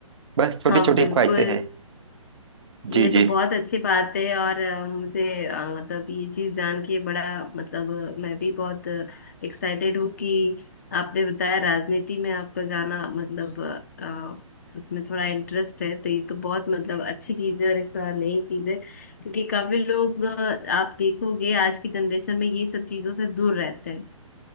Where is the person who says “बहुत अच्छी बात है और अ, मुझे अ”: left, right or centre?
Left